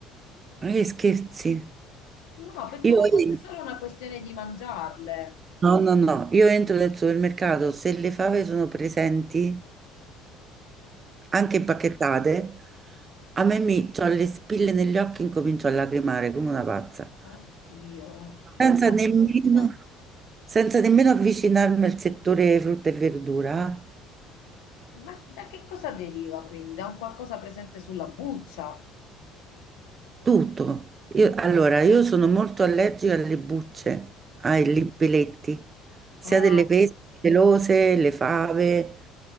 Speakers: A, on the right; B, on the left.
A: Ma che scherzi?
B: No, pensavo
A: Io
B: fosse
A: entro,
B: solo una questione di mangiarle.
A: no, no, no, io entro nel supermercato, se le fave sono presenti, anche impacchettate, a me mi ho le spille negli occhi, incomincio a lacrimare come una pazza.
B: Oddio, che
A: Senza
B: cosa
A: nemmeno,
B: brutta.
A: senza nemmeno avvicinarmi al settore frutta e verdura. eh.
B: Ma da che cosa deriva quindi? Da un qualcosa presente sulla buccia?
A: Tutto. Io- allora, io sono molto allergica alle bucce, ai libelletti, sia
B: Ah,
A: delle pesche pelose, le fave,